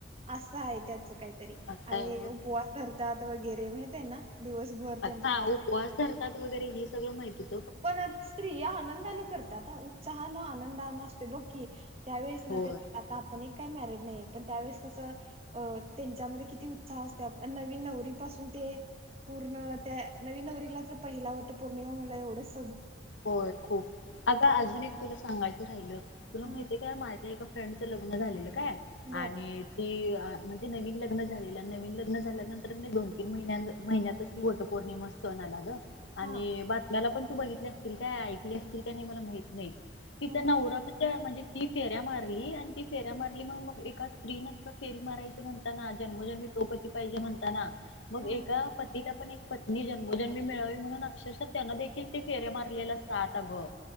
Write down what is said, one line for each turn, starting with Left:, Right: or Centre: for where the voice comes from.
Right: असं आहे त्याचं काही,
Left: असं आहे
Right: उपवास धरतात वैर ते माहित आहे ना? दिवसभर त्यांचा
Left: अच्छा
Right: काहीतरी
Left: उपवास धरतात वगैरे ह सगळं माहिती आहे
Right: पण स्त्रिया आनंदान करतात उत्साहान आनंदा ना असते बकी त्यावेळेस ना
Left: होय
Right: त्याच्या आता आपण काय मॅरेट नाही पण त्यावेळेस कस अ त्यांच्यामध्ये किती उत्साह असत नवीन नवरी पासून ते पूर्ण त्या नवी नवरीला तर पहिला वट पौर्णिमा म्हला एवढंच
Left: हो खूप अगं, अजून एक तुला सांगाय राहिलं.. तुला
Right: हा
Left: माहितीय काय माझ्या? फ्रडचं लग्न झालेलं. काय
Right: बर
Left: आणि ती म्हणजे नवीन लग्न झालेलं नवीन लग्न झाल्यानंतर म्हणजे दोन तीन महिन्या महिन्यातच वटपौर्णिमा सण आला ग
Right: हा
Left: आणि बातम्याला <unintelligible> असतील काय ऐकले असतील का नाही मला माहित नाही कि
Right: हा
Left: त्यांना म्हणजे ती फेऱ्या मारली आणि ती फेऱ्या मारली. मग मग एका स्त्रीनच का फेरी मारायची म्हणताना? जन्मोजन्मी तोपती पाहिजे म्हणताना. मगं
Right: हा
Left: एका पतीला पण एक पत्नी जन्मोजन्मी मिळावी म्हणून अक्षरशः त्यांन देखील ते फेऱ्या मार लेला सात अगं.